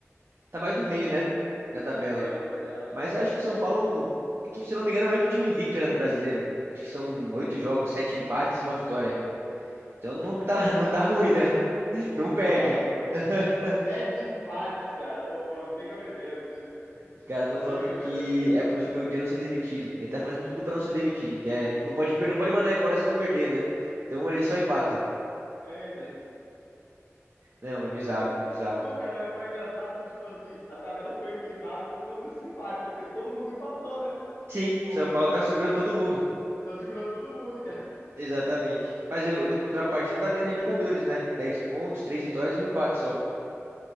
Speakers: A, on the right; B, on the left.
A: Tá mais no meio, né? Da tabela.
B: Tá no meião da tabela,
A: Mas
B: né?
A: acho que o São Paulo, é que, se eu não me engano, é o único time invicto, né, do brasileiro. Acho que são oito jogos, sete empates e uma vitória. Então não tá,
B: <laughs>
A: <laughs> não tá ruim, né? <laughs> Não perde.
B: Nossa,
A: <laughs>
B: sete empates, cara. Ô, ô, não tem cabimento isso, cara.
A: Os caras estão
B: Não tem
A: falando
B: cabimento.
A: que é pro Zubeldia não ser demitido. Ele tá fazendo de tudo pra não ser demitido, que é, não pode per- não pode mandar embora se não perder, né? Então ele só empata.
B: É, então,
A: Não, é bizarro,
B: cara-
A: bizarro.
B: não, cara, mas mas é engraçado que, tipo assim, a tabela ficou equilibrada por conta desses empates, porque todo mundo empatou, né?
A: Sim,
B: Tipo,
A: São
B: resumindo
A: Paulo tá
B: a
A: segurando
B: história,
A: todo mundo.
B: tá segurando todo mundo, cara.
A: Exatamente. Mas eu, eu tenho contrapartida também na Libertadores, né? 10 pontos, 3 vitórias e um empate só.